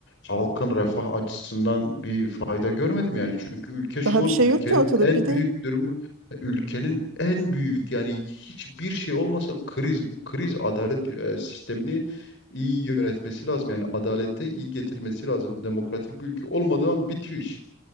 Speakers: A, on the left (about 55°); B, on the right (about 80°).
A: halkın refah açısından bir fayda görmedim yani çünkü ülke şu
B: Daha bir
A: an
B: şey
A: ülkenin
B: yok ki ortada.
A: en
B: Bir de
A: büyük durumu ülkenin en büyük yani hiçbir şey olmasa kriz bu kriz adalet e, sistemini iyi yönetmesi lazım yani adalete iyi getirmesi lazım demokratik bir ülke olmadan bitiyor iş.